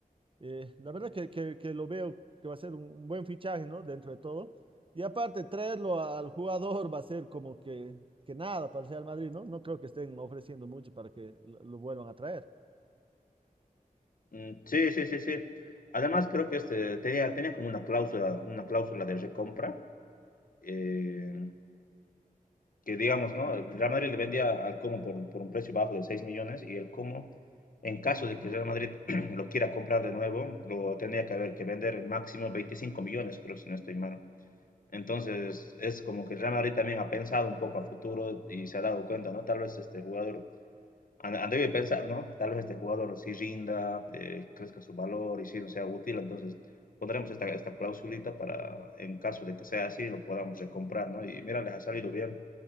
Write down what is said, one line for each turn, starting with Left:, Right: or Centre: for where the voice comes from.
Right: Eh, la verdad que, que- que lo veo que va a ser un, un buen fichaje, ¿no? Dentro de todo. Y aparte, traerlo al jugador va a ser como que, que nada para el Real Madrid, ¿no? No creo que estén ofreciendo mucho para que lo lo vuelvan a traer.
Left: Mm, sí, sí, sí, sí. Además, creo que este tenía, tenía como una cláusula, una cláusula de recompra. eh, que digamos, ¿no? El Real Madrid le vendía al Como por, por un precio bajo de 6 millones y el Como, en caso de que el Real Madrid <clears throat> lo quiera comprar de nuevo, lo tendría que haber que vender en máximo 25 millones, creo, si no estoy mal. Entonces, es como que el Real Madrid también ha pensado un poco a futuro y se ha dado cuenta, ¿no? Tal vez este jugador, han, han debido pensar, ¿no? Tal vez este jugador sí rinda, eh, crezca su valor y sí no sea útil, entonces pondremos esta, esta clausulita para, en caso de que sea así, lo podamos recomprar, ¿no? Y mira, les ha salido bien